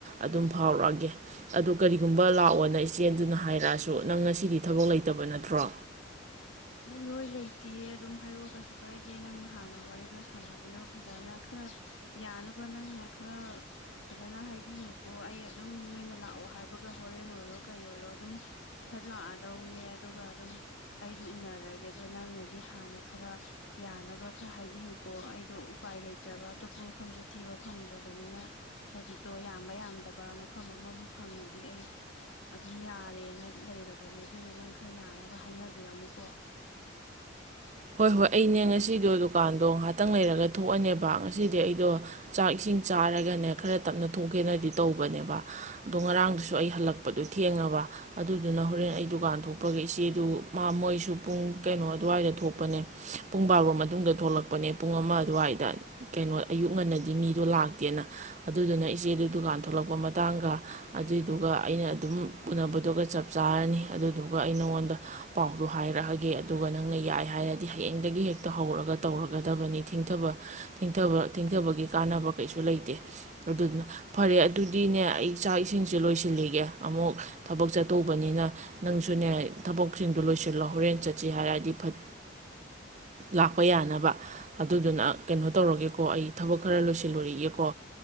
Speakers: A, on the right; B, on the left.
A: ꯑꯗꯨꯝ ꯐꯥꯎꯔꯛꯑꯒꯦ ꯑꯗꯨ ꯀꯔꯤꯒꯨꯝꯕ ꯂꯥꯛꯑꯣꯅ ꯏꯆꯦꯗꯨꯅ ꯍꯥꯏꯔꯛꯑꯁꯨ ꯅꯪ ꯉꯁꯤꯗꯤ ꯊꯕꯛ ꯂꯩꯇꯕ ꯅꯠꯇ꯭ꯔꯣ꯫
B: ꯍꯣꯏ ꯍꯣꯏ ꯂꯩꯇꯦ ꯑꯗꯨꯝ ꯍꯥꯏꯔꯣ ꯀꯩꯁꯨ ꯀꯥꯏꯗꯦ ꯅꯪꯅ ꯍꯥꯟꯅ ꯋꯥꯔꯤꯗꯣ ꯁꯥꯟꯅꯕꯤꯔꯣ ꯐꯖꯅ ꯈꯔ ꯌꯥꯅꯕ ꯅꯪꯅ ꯈꯔ ꯐꯖꯅ ꯍꯥꯏꯕꯤꯌꯨꯀꯣ ꯑꯩ ꯑꯗꯨꯝ ꯅꯣꯏꯅ ꯂꯥꯛꯑꯣ ꯍꯥꯏꯕꯒ ꯍꯣꯔꯦꯟ ꯑꯣꯏꯔꯣ ꯀꯩ ꯑꯣꯏꯔꯣ ꯑꯗꯨꯝ ꯐꯠ ꯂꯥꯛꯑꯗꯧꯅꯦ ꯑꯗꯨꯒ ꯑꯗꯨꯝ ꯑꯩ <unintelligible> ꯎꯅꯔꯒꯦ ꯑꯗꯣ ꯅꯪꯅꯗꯤ ꯍꯥꯟꯅ ꯈꯔ ꯌꯥꯅꯕ ꯈꯔ ꯍꯥꯏꯕꯤꯌꯨꯀꯣ ꯑꯩꯗꯣ ꯎꯄꯥꯏ ꯂꯩꯇ꯭ꯔꯕ ꯑꯇꯣꯞꯄ ꯃꯐꯝꯖꯨ ꯊꯤꯕ ꯐꯪꯗ꯭ꯔꯕꯅꯤꯅ ꯍꯧꯖꯤꯛꯇꯣ ꯌꯥꯝꯕ ꯌꯥꯝꯗꯕ ꯃꯐꯝ ꯑꯃꯕꯨ ꯐꯪꯉꯗꯤ ꯑꯩ ꯑꯗꯨꯝ ꯌꯥꯔꯦꯅ ꯂꯩꯔꯕꯅꯦ ꯑꯗꯨꯅ ꯅꯪ ꯈꯔ ꯌꯥꯅꯕ ꯍꯥꯏꯅ <unintelligible>
A: ꯍꯣꯏ ꯍꯣꯏ ꯑꯩꯅꯦ ꯉꯁꯤꯗꯣ ꯗꯨꯀꯥꯟꯗꯣ ꯉꯍꯥꯛꯇꯪ ꯂꯩꯔꯒ ꯊꯣꯛꯑꯅꯦꯕ ꯉꯁꯤꯗꯤ ꯑꯩꯗꯣ ꯆꯥꯛ ꯏꯁꯤꯡ ꯆꯥꯔꯒꯅꯦ ꯈꯔ ꯇꯞꯅ ꯊꯣꯛꯀꯦꯅꯗꯤ ꯇꯧꯕꯅꯦꯕ ꯑꯗꯣ ꯉꯔꯥꯡꯗꯨꯁꯨ ꯑꯩ ꯍꯜꯂꯛꯄꯗꯣ ꯊꯦꯡꯉꯕ ꯑꯗꯨꯗꯨꯅ ꯍꯣꯔꯦꯟ ꯑꯩ ꯗꯨꯀꯥꯟ ꯊꯣꯛꯄꯒ ꯏꯆꯦꯗꯨ ꯃꯥ ꯃꯣꯏꯁꯨ ꯄꯨꯡ ꯀꯩꯅꯣ ꯑꯗꯨꯋꯥꯏꯗ ꯊꯣꯛ ꯂꯛꯄꯅꯦ ꯄꯨꯡ ꯕꯥꯔꯣ ꯃꯇꯨꯡꯗ ꯊꯣꯛꯂꯛꯄꯅꯦ ꯄꯨꯡ ꯑꯃ ꯑꯗꯨꯋꯥꯏꯗ ꯀꯩꯅꯣ ꯑꯌꯨꯛ ꯉꯟꯅꯗꯤ ꯃꯤꯗꯣ ꯂꯥꯛꯇꯦꯅ ꯑꯗꯨꯗꯨꯅ ꯏꯆꯦꯗꯨ ꯗꯨꯀꯥꯟ ꯊꯣꯛꯂꯛꯄ ꯃꯇꯥꯡꯒ ꯑꯗꯨꯏꯗꯨꯒ ꯑꯩꯅ ꯑꯗꯨꯝ ꯎꯅꯕꯗꯨꯒ ꯆꯞ ꯆꯥꯔꯅꯤ ꯑꯗꯨꯗꯨꯒ ꯑꯩ ꯅꯥꯉꯣꯟꯗ ꯄꯥꯎꯗꯣ ꯍꯥꯏꯔꯛꯑꯒꯦ ꯑꯗꯨꯒ ꯅꯪꯅ ꯌꯥꯏ ꯍꯥꯏꯔꯗꯤ ꯍꯌꯦꯡꯗꯒꯤ ꯍꯦꯛꯇ ꯍꯧꯔꯒ ꯇꯧꯔꯒꯗꯕꯅꯤ ꯊꯦꯡꯊꯕ ꯊꯦꯡꯊꯕ ꯊꯦꯡꯊꯕꯒꯤ ꯀꯥꯟꯅꯕ ꯀꯩꯁꯨ ꯂꯩꯇꯦ ꯑꯗꯨꯗꯨꯅ ꯐꯔꯦ ꯑꯗꯨꯗꯤꯅꯦ ꯑꯩ ꯆꯥꯛ ꯏꯁꯤꯡꯁꯦ ꯂꯣꯏꯁꯤꯜꯂꯤꯒꯦ ꯑꯃꯨꯛ ꯊꯕꯛ ꯆꯠꯇꯧꯕꯅꯤꯅ ꯅꯪꯁꯨꯅꯦ ꯊꯕꯛꯁꯤꯡꯗꯣ ꯂꯣꯏꯁꯤꯜꯂꯣ ꯍꯣꯔꯦꯟ ꯆꯠꯁꯤ ꯍꯥꯏꯔꯗꯤ ꯐꯠ ꯂꯥꯛꯄ ꯌꯥꯅꯕ ꯑꯗꯨꯗꯨꯅ ꯀꯩꯅꯣ ꯇꯧꯔꯒꯦꯀꯣ ꯑꯩ ꯊꯕꯛ ꯈꯔ ꯂꯣꯏꯁꯤꯜꯂꯨꯔꯤꯒꯦꯀꯣ꯫